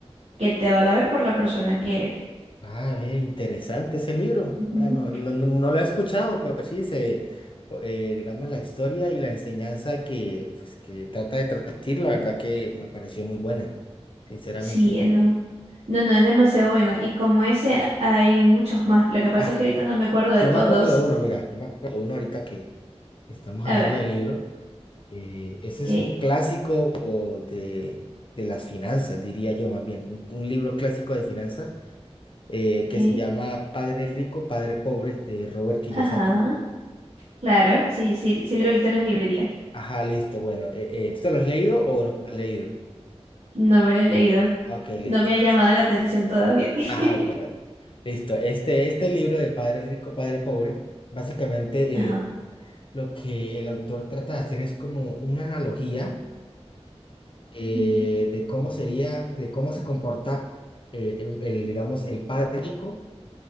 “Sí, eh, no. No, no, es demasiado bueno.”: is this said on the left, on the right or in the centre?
Right